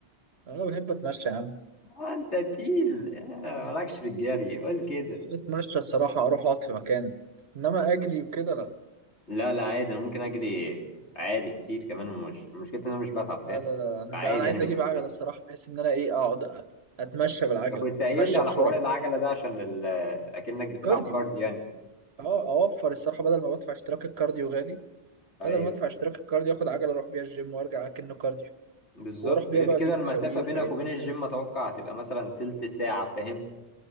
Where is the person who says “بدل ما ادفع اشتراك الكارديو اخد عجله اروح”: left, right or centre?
Right